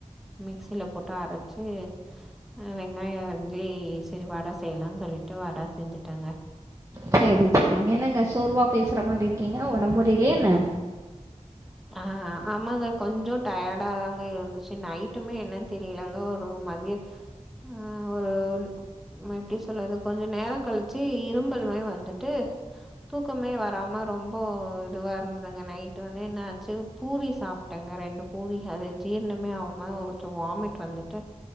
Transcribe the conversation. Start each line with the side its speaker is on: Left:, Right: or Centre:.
Centre: மிக்சில போட்டு அரச்சி அ வெங்காய அரிஞ்சி சரி வட செய்யலான் சொல்லிட்டு வட செஞ்சுட்டேங்க
Right: செரி செரிங்க என்னங்க சோர்வா பேசுற மாரி இருக்கீங்க ஒடம் முடிலயா என்ன
Centre: ஆ ஆமாங்க கொஞ்சோ டயடாதாங்க இருந்துச்சு நைட்டுமே என்னன் தெரியலங்க ஒரு மதிய ம் ஒரு ம எப்டி சொல்றது கொஞ்ச நேரோ கழிச்சு இரும்பல் மாரி வந்துட்டு தூக்கமே வராம ரொம்போ இதுவா இருந்துதுங்க நைட்டு வந்து என்ன பூரி சாப்ட்டங்க ரெண்டு பூரி அது ஜீர்ணமே ஆவாம கொஞ்சோ வாமிட் வந்துட்டு